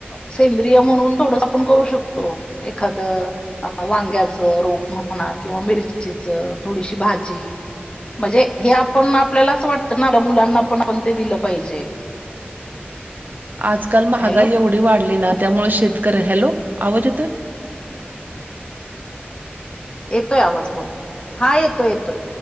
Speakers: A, on the left; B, on the right.
A: सेंद्रिय म्हणून थोडस आपण करू शकतो एखाद अ वांग्याच रोप म्हणा किंवा मिरचीच थोडीशी भाजी म्हणजे हे आपण आपल्याला अस वाटत ना मुलांना पण आपण ते दिल पाहिजे.
B: आजकाल महागाई
A: हॅलो
B: एवढी वाढली ना त्यामुळ शेतकरी हॅलो आवाज येतोय?
A: येतोय आवाज बोल हा येतोय येतोय,